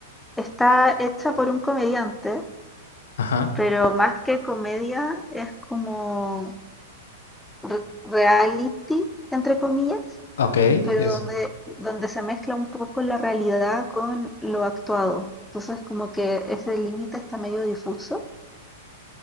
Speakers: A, in the centre; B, on the left.
A: está hecha por un comediante,
B: Ajá.
A: pero más que comedia es como re- reality, entre comillas,
B: Ok,
A: pero
B: es.
A: donde, donde se mezcla un poco la realidad con lo actuado. Entonces como que ese límite está medio difuso.